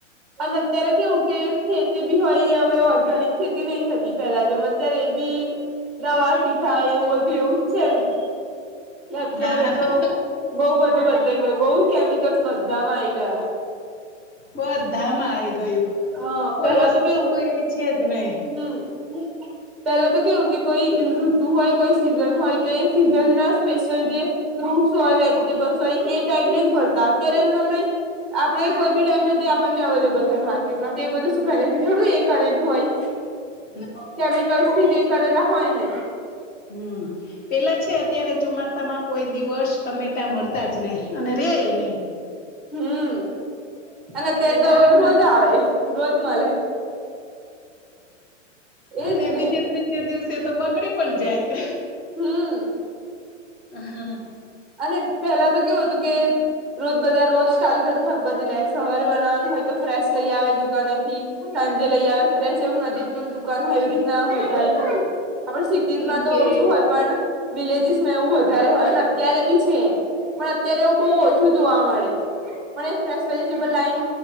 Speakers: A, in the centre; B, on the left.
A: અને અત્યારે કેવું કે ખેતી બી હોય હવે ઓર્ગેાનિક ખેતી નહી થતી પેલા જેમ અત્યારે એ બી દવાથી થાય એવું બધું એવું જ છે ને કે અત્યારે
B: હા હા
A: તો
B: હા
A: બહું બધું બદલાઈ ગયું બઉુ કેમિકલ્સ બધામાં આવી ગયા.
B: બધામાં આઈ ગયું
A: હા
B: કોઈ
A: પેલા
B: વસ્તુ
A: તો કેવું
B: એવી છે જ નહીં.
A: હમ પેલા તો કેવું કે કોઈ ઋતુ હોય કોઈ સિઝન હોય તો એ સિઝન ના સ્પેશિયલ જે ફ્રૂટ્સ હોય વેજીિટેબલ્સ હોય એ ટાઈમે જ મડતા અત્યારે જો તમે આપડે કોઈ બી ટાઈમે જે આપણને અવેલેબલ હોય માર્કેટમાં તો એ બધું શું પહેલેથી થોડું એ કરેલું હોય.
B: <inaudible>
A: કેમિકલ્સથી જે કરેલા હોય ને.
B: હમ પેલા છે અત્યારે ચોમાસા માં કોઈ દિવસ ટમેટા મળતાજ નહીિ અને રે નહીં.
A: હમ અને અત્યારે તો
B: બારે માસ
A: રોજ આવે રોજ મળે. એજ
B: અને
A: ને
B: બીજી ત્રીજે દિવસે તો બગડી પણ જાય.
A: હમ.
B: હા.
A: અને પેલા તો કેવું હતું કે રોજ બધા રોજ ચાલુ થતું શાકભાજી સવારે બનાવાનું હોય તો ફ્રેશ લઈ આવે દુકાને થી. સાંજે લઈ આવે ફ્રેેશ એવું નજીક દુકાન હોય રીતના વધારે થતું. આપણે સિટીઝમાં
B: એમ કે
A: ઓછું હોય પણ વિલેજીસમાં એવું વધારે હોય અત્યારે બી છે પણ અત્યારે એવું બહું ઓછું જોવા મળે પણ ફ્રેશ વેજીિટેબલ લાઈ